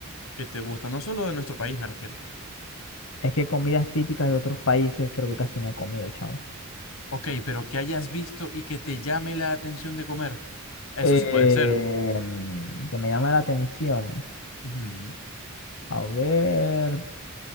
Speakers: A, on the left; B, on the left.
A: que te gusta? No solo de nuestro país, me refiero.
B: Es que comidas típicas de otros países creo que casi no he comido, chamo.
A: Ok, pero que hayas visto y que te llame la atención de comer. Eso
B: Eh,
A: sí puede ser.
B: mm, que me llama la atención.
A: Ujú.
B: A ver,